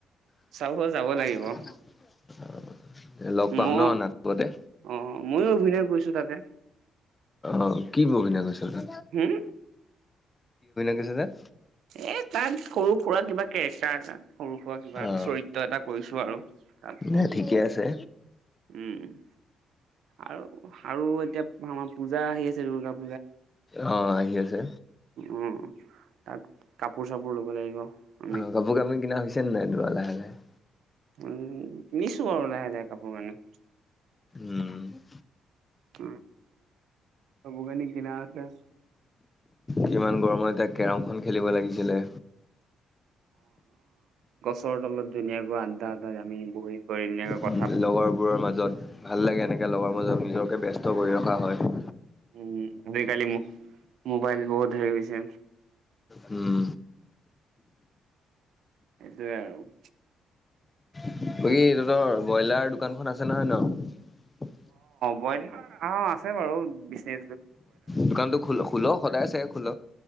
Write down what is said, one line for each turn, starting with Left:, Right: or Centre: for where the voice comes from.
Left: <unintelligible>
Right: চাব যাব লাগিব অ',
Left: লগ পাম
Right: মই
Left: ন নাটপতে।
Right: অ', ময়ো অভিনয় কৰিছো তাতে
Left: অ কি বগীনা গছৰ তে
Right: হম
Left: কৰিছ তাত
Right: এ তাত সৰু সুৰা কিবা কেৰেক্টাৰ এটা সৰু সুৰা কিবা
Left: অ
Right: এটা চৰিত্ৰ এটা কৰিছো আৰু তাত
Left: দে
Right: মোৰ
Left: ঠিকে আছে
Right: উম আৰু আৰু এতিয়া আমাৰ পূজা আহি আছে দুূৰ্গা
Left: আহ আহি আছে
Right: উম, তাত কাপোৰ চাপোৰ ল'ব লাগিব আমি
Left: অ' কাপোৰ কাপোৰ কিনা হৈছে নে নাই? তোৰ লাহে লাহে
Right: উম নিছো আৰু লাহে লাহে কাপোৰ কানি
Left: উম
Right: অ কাপোৰ কানি কিনা হৈছে
Left: কিমান গৰমত এতিয়া কেৰমখন খেলিব লাগিছিলে
Right: ৰ তলত ধুনাকৈ আন্দা আটা আমি বহত বি ধুন
Left: উম লগৰবোৰৰ মাজত ভাল লাগে এনেকে লগৰ মাজত নিজকে ব্যস্ত কৰি ৰখা হয়
Right: উম আজি কালি মোবাইল বহুত হৰিছে
Left: উম
Right: সেইটোৱে আৰু আৰু
Left: কি তহঁতৰ ব্ৰইলাৰ দোকানখন আছে নহয় ন
Right: বন্য অ আছে বাৰু বিনে
Left: দোকানতো খ খোল সদায় চাই খোল